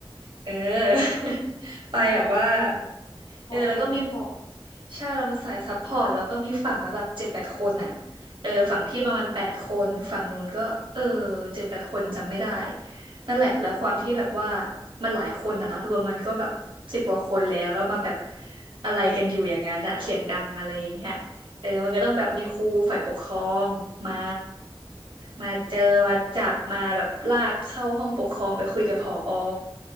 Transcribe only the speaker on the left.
แน่นอนแล้วนรนอยู่แล้วบอดสายซัพพอร์ต